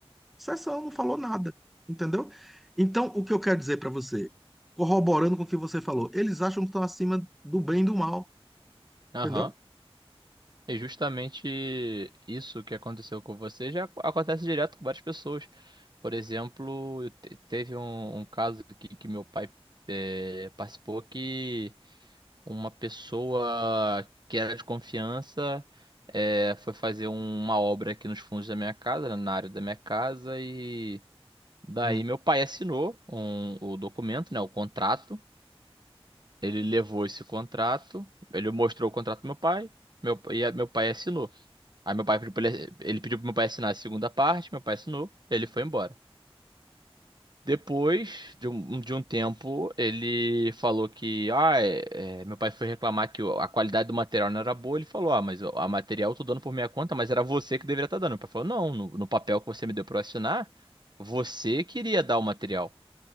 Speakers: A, in the centre; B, on the right.
A: Sessão, não falou nada, entendeu? Então, o que eu quero dizer para você, corroborando com o que você falou, eles acham que estão acima do bem e do mal,
B: Aham.
A: entendeu?
B: E justamente isso que aconteceu com você já ac- acontece direto com várias pessoas. Por exemplo, te- teve um, um caso que, que meu pai eh, participou que uma pessoa que era de confiança eh, foi fazer um- uma obra aqui nos fundos da minha casa, né, na área da minha casa, e daí
A: Hum.
B: meu pai assinou um- o documento, né, o contrato. Ele levou esse contrato, ele mostrou o contrato pro meu pai, meu, e a- meu pai assinou. Aí meu pai pediu pra ele, ele pediu pro meu pai assinar a segunda parte, meu pai assinou, ele foi embora. Depois de um, um, de um tempo, ele falou que, ah, é- é, meu pai foi reclamar que o- a qualidade do material não era boa. Ele falou, ah, mas o a material eu tô dando por minha conta, mas era você que deveria estar dando. Meu pai falou, não, no, no papel que você me deu pra eu assinar, você queria dar o material.